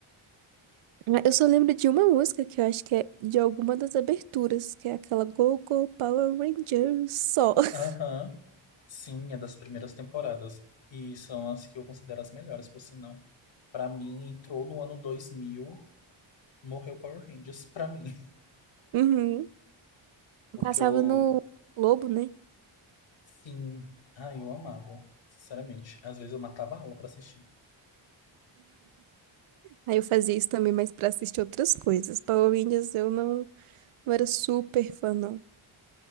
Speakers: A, on the right; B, on the left.
A: Ah, Eu só lembro de uma música que eu acho que é de alguma das aberturas, que é aquela Go Go Power Rangers só. <laughs>
B: Aham. Sim, é das primeiras temporadas. E são as que eu considero as melhores, por sinal. Pra mim, entrou no ano 2000, morreu Power Rangers pra mim. <laughs>
A: Uhum.
B: Porque
A: Passava
B: eu,
A: no Globo, né?
B: sim, ah, eu amava, sinceramente. Às vezes eu matava a aula pra assistir.
A: Aí eu fazia isso também, mas pra assistir outras coisas. Power Rangers eu não, não era super fã, não.